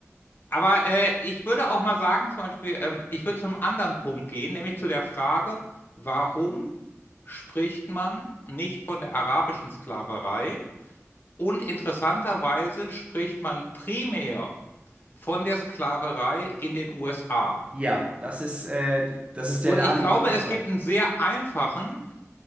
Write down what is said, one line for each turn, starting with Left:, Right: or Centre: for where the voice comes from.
Left: Aber äh, ich würde auch mal sagen, zum Beispiel, ähm, ich würde zum anderen Punkt gehen, nämlich zu der Frage, warum spricht man nicht von der arabischen Sklaverei? Und interessanterweise spricht man primär von der Sklaverei in den USA.
Right: Ja, das ist äh, das ist
Left: Und
Right: der
Left: ich
Right: andere,
Left: glaube,
Right: genau.
Left: es gibt einen sehr einfachen